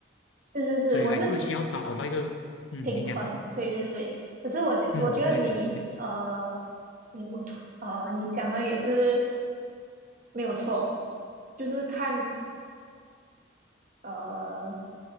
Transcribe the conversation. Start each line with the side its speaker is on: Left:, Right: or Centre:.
Right: 是是是，
Left: 所以还是需要找到一个嗯，
Right: 我是平衡，
Left: 你讲
Right: 对对对。可是我觉我觉得你呃，
Left: 嗯，对对对，
Right: 你我突呃，你讲的也是没有错，就是看呃